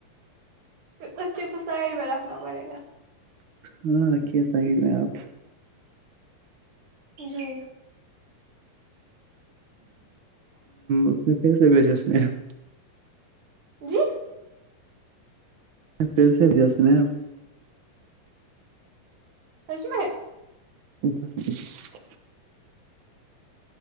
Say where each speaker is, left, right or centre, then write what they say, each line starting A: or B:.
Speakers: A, on the right; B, on the right.
A: پھر بچے کو سائڈ میں رکھنا پڑے گا
B: ہاں رکھیے سائڈ میں آپ
A: جی <unintelligible>
B: اس میں کیسے بھیجس ہیں ہیںپ
A: جی
B: پھر سے بھی سنے آپ
A: سش میں
B: اٹھ اھ <unintelligible>